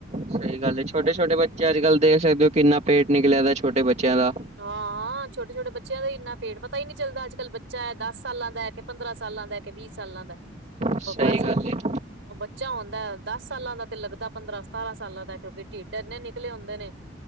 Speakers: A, on the right (about 35°); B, on the right (about 70°).
A: ਸਹੀ ਗੱਲ, ਛੋਟੇ-ਛੋਟੇ ਬੱਚੇ ਅੱਜ ਕੱਲ੍ਹ ਦੇਖ ਸਕਦੇ ਹੋ, ਕਿੰਨਾ ਪੇਟ ਨਿਕਲਿਆ ਦਾ, ਛੋਟੇ ਬੱਚਿਆਂ ਦਾ।
B: ਹਾਂ-ਹਾਂ, ਛੋਟੇ-ਛੋਟੇ ਬੱਚਿਆਂ ਦਾ ਈ ਇੰਨਾ ਪੇਟ, ਪਤਾ ਈ ਨ੍ਹੀਂ ਚੱਲਦਾ ਅੱਜ-ਕੱਲ੍ਹ ਬੱਚਾ ਐ ਦੱਸ ਸਾਲਾਂ ਦਾ, ਕੇ ਪੰਦਰਾਂ ਸਾਲਾਂ ਦਾ, ਕੇ ਵੀਹ ਸਾਲਾਂ ਦਾ।
A: ਸਹੀ
B: ਉਹ ਬਸ, ਉਹ
A: ਗੱਲ
B: ਬ
A: ਹੈ
B: ਬੱਚਾ ਹੂਦਾਂ ਦਸ ਸਾਲਾਂ ਦਾ ਤੇ ਲੱਗਦਾ ਪੰਦਰਾਂ-ਸਤਾਰਾਂ ਸਾਲਾਂ ਦਾ। ਕਿਉਂਕਿ, ਢਿੱਡ ਇੰਨੇ ਨਿਕਲੇ ਹੁੰਦੇ ਨੇ।